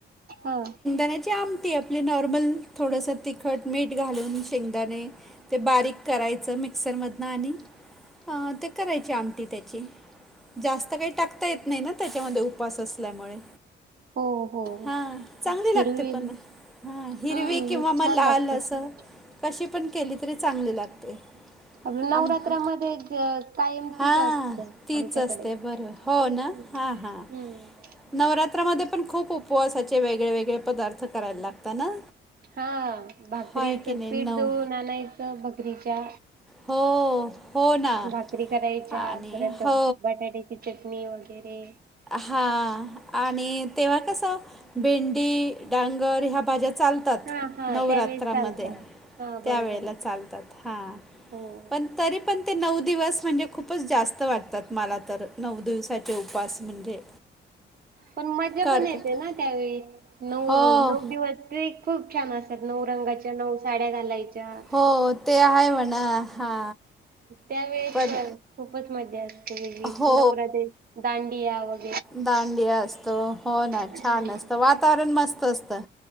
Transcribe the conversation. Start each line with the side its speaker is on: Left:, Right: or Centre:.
Right: हा
Centre: चण्याची आमटी आपली नॉर्मल थोडस तिखट मीठ घालून शेंगदाणे ते बारीक करायचं मिक्सरमधन आणि ते करायची आमटी त्याची जास्त काही टाकता येत नाही ना त्याच्यामध्ये उपवास असल्यामुळे
Right: हो-हो -हो
Centre: हां चांगली
Right: हिरवी
Centre: लागते पण हा हिरवी
Right: हम्म
Centre: किंवा मग
Right: छान
Centre: लाल
Right: लागते.
Centre: अस कशी पण केली तरी चांगली लागते
Right: आपल नवरात्रामध्ये
Centre: आमटी
Right: कायम
Centre: हां
Right: तीच असते
Centre: तीच
Right: आमच्याकडे
Centre: असते बरोबर हो ना
Right: हम्म
Centre: हां हां नवरात्रामध्ये पण खूप उपवासाचे वेगळे-वेगळे पदार्थ करायला लागत ना
Right: हा भाकरीच
Centre: होय की नाही
Right: पीठ
Centre: नऊ
Right: दळून आणायच भगरीच्या
Centre: हो हो ना
Right: भाकरी करायच्या
Centre: आणि
Right: परत
Centre: हो
Right: बटाट्या चटणी वगैरे
Centre: हा आणि तेव्हा कस भेंडी डांगर ह्या भाज्या चालतात
Right: हा हा
Centre: नवरात्रामध्ये
Right: त्यावेळेस चालतात. हा बरोबर
Centre: त्यावेेळेला
Right: आहे
Centre: चालतात हा
Right: हो
Centre: पण तरी पण ते नऊ दिवस म्हणजे खूप खूपच जास्त वाटतात मला तर नऊ दिवसाचे उपवास म्हणजे
Right: पण मज्जा
Centre: करतात
Right: पण येते ना त्यावेळी नऊ-नऊ
Centre: हो
Right: दिवस ते खूप छान अस नऊ रंगाच्या नऊ साड्या घालायच्या
Centre: हो ते हाय म्हणा हा
Right: त्या वेळेस
Centre: पण
Right: खूपच मजा असते, वेगळीच.
Centre: हो
Right: नवरात्रीत दांडिया वग
Centre: दांडिया असतो. हो ना,
Right: हम्म
Centre: छान असत. वातावरण मस्त असतं!